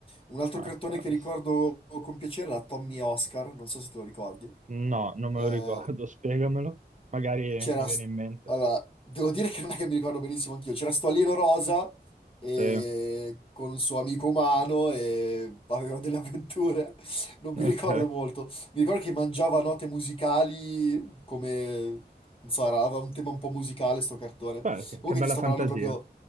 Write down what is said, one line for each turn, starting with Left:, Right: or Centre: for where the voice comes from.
Left: Un altro
Right: Ah,
Left: cartone
Right: può
Left: che ricordo
Right: essere.
Left: con piacere era Tommy e Oscar, non so se te lo ricordi.
Right: No, non
Left: Eh,
Right: me lo ricordo, <laughs> spiegamelo. Magari
Left: c'era...
Right: mi viene
Left: st-
Right: in mente.
Left: Allora, devo dire che non è che mi ricordo benissimo anch'io. C'era sto alieno rosa e...
Right: Sì,
Left: con un suo amico umano e avevano delle avventure. Non mi
Right: ok.
Left: ricordo molto. Mi ricordo che mangiava note musicali come... Non so, era- aveva un tema un po' musicale sto cartone.
Right: Beh, che
Left: Comunque
Right: che bella
Left: ti sto
Right: fantasia.
Left: parlando proprio